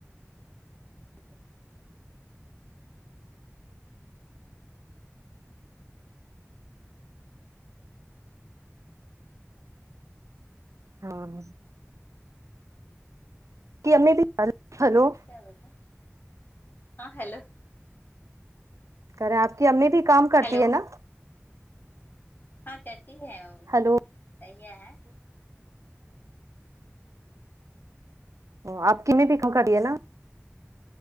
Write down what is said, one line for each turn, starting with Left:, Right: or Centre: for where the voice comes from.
Left: <unintelligible>
Right: ہاں کی امی بھی ہلو
Left: کیا بول رہے تھے ہاں ہیلو
Right: کریں آپ کی امی بھی کام کرتی
Left: ہیلو
Right: ہے ناں
Left: ہاں کرتی ہے وہ بھی
Right: ہلو
Left: سیاح ہیں
Right: ہاں آپ کی امی بھی کام کری ہے نا